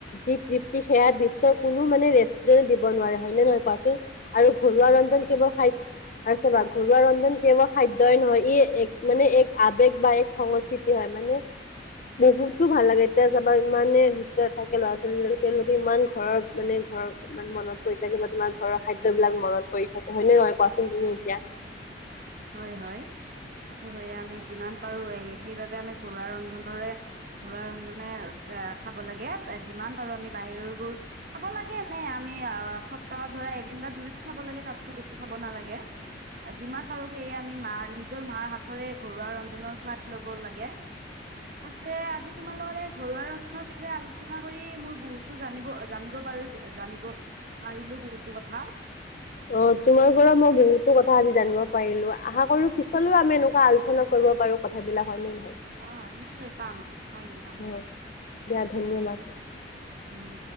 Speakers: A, on the left; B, on the right.
A: যি তৃপ্তি সেয়া বিশ্বৰ কোনো মানে ৰেষ্টুৰেণ্ট দিব নোৱাৰে হয় নে নহয় কোৱাচোন। আৰু ঘৰুৱা
B: হয়
A: ৰন্ধন
B: এইটোতো
A: কেৱল
B: ঠিক কথা
A: খাদ্য আৰু চাবা ঘৰুৱা ৰন্ধন কেৱল খাদ্যই নহয় ই এক মানে এক আবেগ বা এক সংস্কৃতি হয় মানে। বহুতো ভাল লাগে, এতিয়া চাবা ইমানে সুস্থ থাকে ল'ৰা ছোৱালী বিলাকে তেওঁলোকে ইমান ঘৰৰ মানে ঘৰ মনত পৰি থাকে বা তোমাৰ ঘৰৰ খাদ্যবিলাক মনত পৰি থাকে, হয় নে নহয় কোৱাচোন তুমি এতিয়া।
B: <inaudible> হয় হয়, সেইটো হয়য়ে আমি যিমান পাৰো সেইবাবে আমি ঘৰুৱা ৰন্ধনৰে ঘৰুৱা ৰন্ধনে এ খাব লাগে যিমান পাৰো আমি বাহিৰৰ বোৰ খাব লাগে নে আমি সপ্তাহত ধৰা এদিন বা দুদিন খাব লাগে তাতকৈ বেছি খাব নালাগে। আজিমানা আমি মাৰ নিজৰ মাৰ হাততেৰে ঘৰুৱা ৰন্ধনৰ সোৱাদ লব লাগে। পিছে আজি তোমাৰ লগতে ঘৰুৱা ৰন্ধনৰ বিষয়ে আলোচনা কৰি মোৰ বহুতো জানিব জানিব পাৰো জানিব পাৰিলো বহুতো কথা।
A: অ' তোমাৰ পৰা মই বহুতো কথা আজি জানিব পাৰিলো। আশা কৰো পিছলৈও আমি এনেুৱা আলোচনা কৰিব পাৰো কথাবিলাক। হয় নে?
B: অ' নিশ্চয় পাম পাৰিম
A: নহয়
B: পাৰিম।
A: দিয়া ধন্যবাদ।
B: ধন্যবাদ